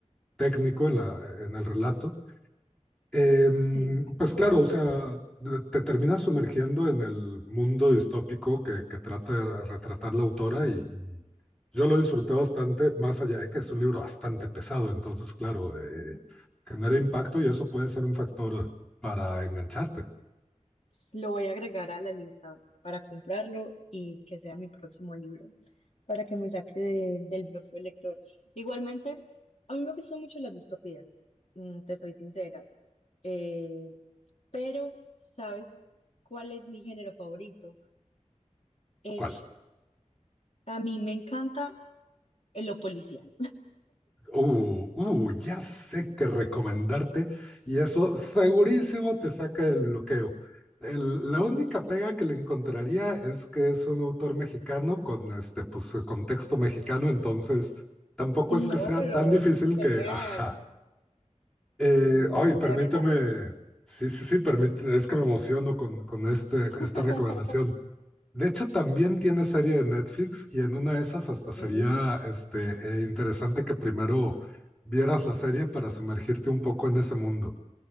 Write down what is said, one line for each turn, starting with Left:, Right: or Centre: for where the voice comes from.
Centre: técnico en la- en el relato. Em,
Left: Sí,
Centre: pues claro, o sea, de- te terminas sumergiendo en el mundo distópico que, que trata de retratar la autora y, y yo lo disfruté bastante, más allá de que es un libro bastante pesado, entonces claro, eh,
Left: ujú.
Centre: genera impacto y eso puede ser un factor para engancharte.
Left: Lo voy a agregar a la lista para comprarlo y que sea mi próximo libro, para que me saque de- del bloqueo lector. Igualmente, a mí me gustan mucho las distopías, mm, te soy sincera, eh, pero ¿sabes cuál es mi género favorito? Es,
Centre: ¿Cuál?
Left: a mí me encanta eh, lo policial.
Centre: Uh, uh, ya sé que recomendarte y eso segurísimo te saca del bloqueo. El- la única pega que le encontraría es que es un autor mexicano con este, pues, contexto mexicano, entonces tampoco
Left: No,
Centre: es que sea
Left: pero
Centre: tan difícil
Left: serían
Centre: que, ajá. Eh,
Left: mm,
Centre: ay,
Left: autores.
Centre: permíteme,
Left: ah.
Centre: sí, sí, sí, permíteme, es que me emociono con, con este,
Left: <laughs>
Centre: esta recomendación. De hecho, también tiene serie de Netflix y en una de esas hasta
Left: Sí.
Centre: sería este, eh, interesante que primero vieras la serie para sumergirte un poco en ese mundo.